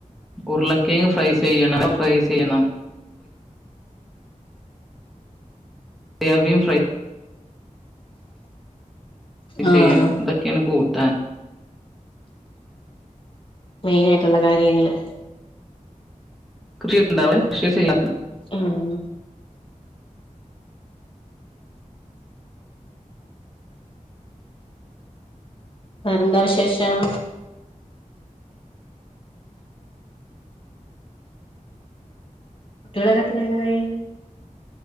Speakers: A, in the centre; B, on the left.
A: ഉരുളക്കേങ്ങ് ഫ്രൈ ചെയ്യണം <unintelligible> ഫ്രൈ ചെയ്യണം സോയാബീൻ ഫ്രൈ
B: ആഹ്
A: ചെയ്യണം ഇതൊക്കെയാണ് കൂട്ടാൻ
B: മെയിനയിട്ടുള്ള കാര്യങ്ങള്
A: കൃഷിയൊക്കെണ്ടാ അവിടെ കൃഷിയൊക്കെ ചെയ്യാറുണ്ടോ
B: ഉം വേറെന്താ വിശേഷം കുട്ടികളൊക്കെ എത്രയല്ലായി